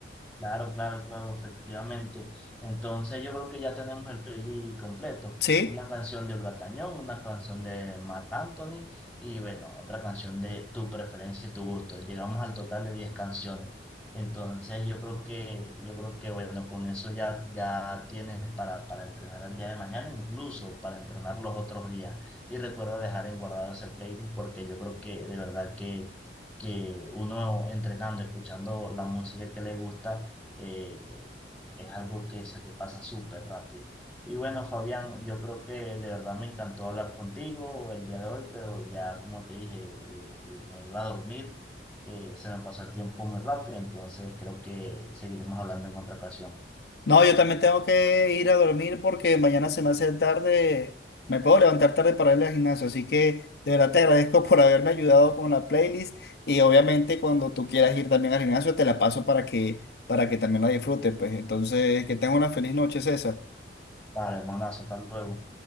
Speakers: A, in the centre; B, on the left.
A: Claro, claro, claro, efectivamente. Entonces yo creo que ya tenemos el playlist completo.
B: Sí.
A: Una canción de Olga Tañón, una canción de Marc Anthony y bueno, otra canción de tu preferencia y tu gusto. Llegamos al total de 10 canciones. Entonces yo creo que, yo creo que bueno, con eso ya, ya tienes para, para entrenar el día de mañana, incluso para entrenar los otros días. Y recuerda dejar en guardado ese playlist porque yo creo que de verdad que, que uno entrenando, escuchando la música que le gusta, eh, es algo que se te pasa súper rápido. Y bueno, Fabián, yo creo que de verdad me encantó hablar contigo el día de hoy, pero ya como te dije, eh, eh, me iba a dormir, eh, se me pasó el tiempo muy rápido, entonces creo que seguiremos hablando en otra ocasión.
B: No, yo también tengo que ir a dormir porque mañana se me hace tarde, me puedo levantar tarde para ir al gimnasio, así que de verdad te agradezco por haberme ayudado con la playlist y obviamente cuando tú quieras ir también al gimnasio te la paso para que, para que también la disfrutes, pues entonces que tengas una feliz noche, César.
A: Vale, hermanazo, hasta luego.